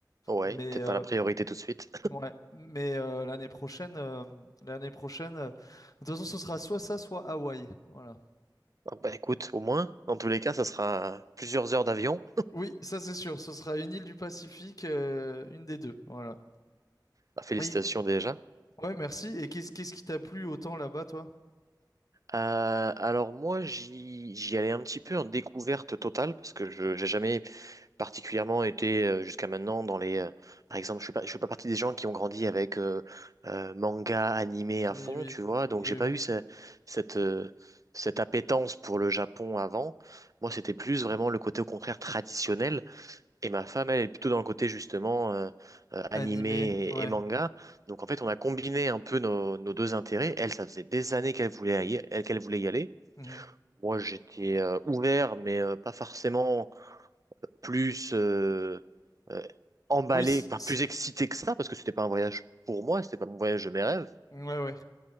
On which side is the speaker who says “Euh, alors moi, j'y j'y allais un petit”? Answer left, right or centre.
Right